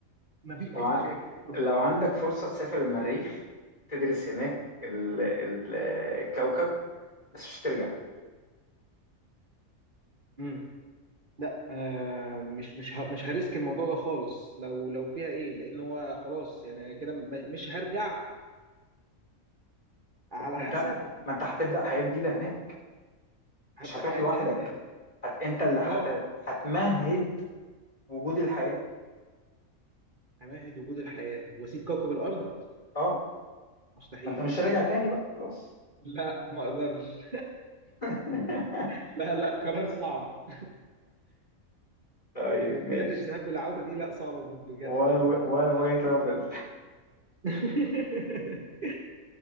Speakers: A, on the right; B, on the left.
A: ما فيش
B: لو
A: اي
B: ع-
A: مشاكل اتفضل.
B: لو عندك فرصة تسافر المريخ تدرس هناك ال- ال- الكوكب بس مش ترجع
A: مم. لا آه مش مش ه- مش هريسك الموضوع ده خالص لو لو فيها ايه لان هو خلاص يعني كده م- مش هرجع على
B: ما
A: حسب
B: انت ما انت هتبدأ حياة جديدة هناك
A: هبدأ
B: مش هتروح
A: حياة
B: لوحدك
A: جديدة هناك
B: هت... انت اللي هت...
A: اه
B: هتمهد وجود الحياة
A: همهد وجود الحياة واسيب كوكب الارض
B: اه
A: مستحيل
B: ما انت مش راجع تاني بقى خلاص
A: لا ما اقدرش
B: <laughs>
A: <laughs> لا لا قرار صعب
B: طيب
A: آه، دي
B: ماشي
A: رحلة ذهاب بالعودة دي لا صعبة بجد
B: one
A: يعني ما
B: way, one
A: ما اقدرش
B: way travel
A: <laughs>